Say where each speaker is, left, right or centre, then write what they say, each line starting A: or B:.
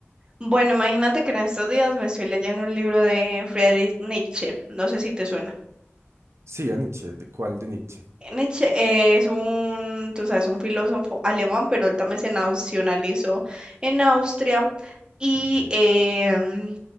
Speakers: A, on the right; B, on the right.
A: Bueno, imagínate que en estos días me estoy leyendo un libro de Friedrich Nietzsche, no sé si te suena.
B: Sí, a Nietzsche, ¿de cuál de Nietzsche?
A: Nietzsche eh, es un, tú sabes, un filósofo alemán, pero él también se nacionalizó en Austria y
B: Ok.
A: em,